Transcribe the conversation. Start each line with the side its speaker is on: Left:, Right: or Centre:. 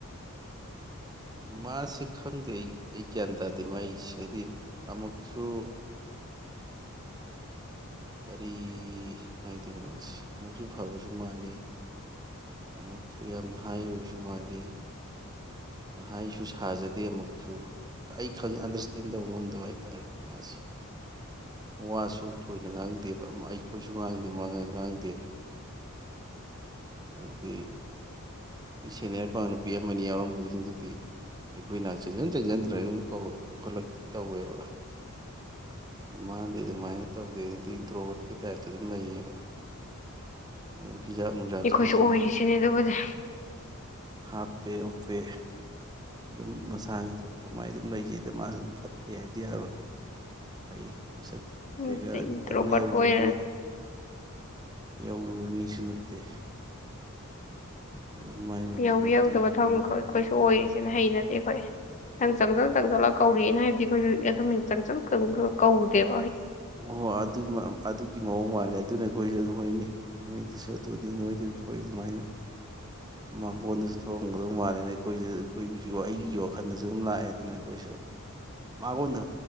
Right: ꯃꯥꯁꯦ ꯈꯪꯗꯦ ꯑꯩ ꯑꯩ ꯒ꯭ꯌꯥꯟ ꯇꯥꯗꯦ ꯃꯥꯏꯁ ꯍꯥꯏꯗꯤ ꯑꯃꯨꯛꯁꯨ ꯀꯔꯤ ꯍꯥꯏꯗꯣꯏꯅꯣ ꯃꯥꯁ ꯑꯃꯨꯛꯁꯨ ꯐꯕꯁꯨ ꯃꯥꯜꯂꯤ ꯑꯃꯨꯛꯁꯨ ꯌꯥꯝ ꯍꯥꯏ ꯑꯣꯏꯕꯁꯨ ꯃꯥꯜꯂꯤ ꯑꯩꯁꯨ ꯁꯥꯖꯗꯦ ꯑꯃꯨꯛꯁꯨ ꯑꯩ ꯈꯪ ꯑꯟꯗꯔꯁꯇꯦꯟ ꯇꯧꯕ ꯉꯝꯗꯕ ꯍꯥꯏꯇꯥꯥꯔꯦ ꯃꯥꯁꯤꯦ ꯋꯥꯁꯨ ꯊꯣꯏꯅ ꯉꯥꯡꯗꯦꯕ ꯑꯩꯈꯣꯏꯁꯨ ꯉꯥꯡꯗꯦ ꯃꯥꯅ ꯉꯥꯡꯗꯦ
Left: ꯎꯝ
Right: ꯑꯗꯨꯗꯤ ꯃꯤ ꯁꯦꯟꯅꯔꯄꯥ ꯅꯨꯄꯤ ꯑꯃꯅꯤ ꯌꯥꯎꯔꯝꯕꯗꯨ ꯑꯗꯨꯗꯤ ꯑꯩꯈꯣꯏꯅꯆ ꯆꯪꯖꯟ ꯆꯪꯁꯤꯟꯗ꯭ꯔꯦ ꯑꯗꯨꯝꯣꯠꯂꯛꯇꯅ ꯇꯧꯋꯦꯕ ꯃꯥꯗꯤ ꯑꯗꯨꯃꯥꯏꯅ ꯇꯧꯗꯦꯅꯗꯤ ꯔꯣꯕꯣꯠꯀꯤ ꯇꯥꯏꯞꯇ ꯑꯗꯨꯝ ꯂꯩꯌꯦꯕ ꯑꯗꯨꯝ ꯍꯤꯖꯥꯞ ꯅꯨꯡꯖꯥꯞꯁꯨ
Left: ꯑꯩꯈꯣꯏꯁꯨ
Right: ꯐꯖꯅ
Left: ꯑꯣꯏꯔꯤꯁꯤꯅꯦ
Right: ꯍꯥꯞ
Left: ꯑꯗꯨꯕꯨꯗꯤ
Right: ꯍꯥꯞꯄꯦ ꯎꯄꯦ ꯑꯗꯨꯝ ꯃꯁꯥꯒꯤ ꯊꯣꯛꯄ ꯃꯥꯏ ꯑꯗꯨꯝ ꯂꯩꯖꯩꯗ ꯃꯥꯁꯨ ꯑꯗꯨꯝ ꯐꯠꯇꯦ ꯍꯥꯏꯕꯗꯤ ꯌꯥꯔꯣꯏ ꯐꯩ ꯃꯁꯛ
Left: ꯎꯠꯇ
Right: ꯀꯩꯀꯥꯗꯤ ꯀꯟꯅ
Left: ꯔꯣꯕꯠ
Right: ꯌꯧꯔꯨꯕ
Left: ꯑꯣꯏ
Right: ꯃꯤ ꯌꯧꯔꯨꯕ ꯃꯤꯁꯨ ꯅꯠꯇꯦ ꯑꯗꯨꯝ ꯃꯥꯏ ꯃꯒꯨꯞ
Left: ꯌꯧꯕꯤ
Right: ꯃ
Left: ꯌꯧꯗꯕ
Right: ꯊꯣꯛꯄ
Left: ꯊꯕꯛ
Right: ꯑꯃ
Left: ꯑꯩꯈꯣꯏꯁꯨ ꯑꯣꯏ ꯁꯤꯅ ꯍꯩꯅꯗꯤꯦ ꯑꯩꯈꯣꯏ ꯅꯊꯪ ꯆꯪꯁꯤꯜ ꯆꯪꯁꯤꯜꯂ ꯀꯧꯔꯛꯑꯦꯅ ꯍꯥꯏꯕꯗꯤ ꯑꯩꯈꯣꯏꯁꯨ ꯑꯗꯨꯝ ꯆꯪꯁꯤꯜ ꯀꯧꯔꯨꯗꯦꯕ
Right: ꯑꯣ ꯍꯣꯏ ꯑꯗꯨ ꯑꯗꯨꯒꯤ ꯃꯑꯣꯡ ꯃꯥꯜꯂꯦ ꯑꯗꯨꯅ ꯑꯩꯈꯣꯏꯁꯨ ꯑꯗꯨꯝ ꯍꯣꯏꯅꯦ ꯅꯣꯏꯗꯨꯁꯨ ꯑꯗꯨꯅꯤ ꯅꯣꯏꯗꯨꯁꯨ ꯊꯣꯛꯏ ꯑꯗꯨꯃꯥꯏꯅ ꯃꯥꯡꯒꯣꯟꯗꯨꯁꯨ ꯊꯣꯛꯑꯝꯒꯗꯧ ꯃꯥꯜꯂꯦꯅ ꯑꯩꯈꯣꯏꯗ ꯑꯩꯈꯣꯏꯒꯤꯁꯨ ꯑꯩꯒꯤ ꯋꯥꯈꯜꯗꯁꯨ ꯑꯗꯨꯝ ꯂꯥꯛꯑꯦ ꯑꯗꯨꯅ ꯑꯩꯈꯣꯏꯁꯨ ꯃꯒꯣꯟꯗ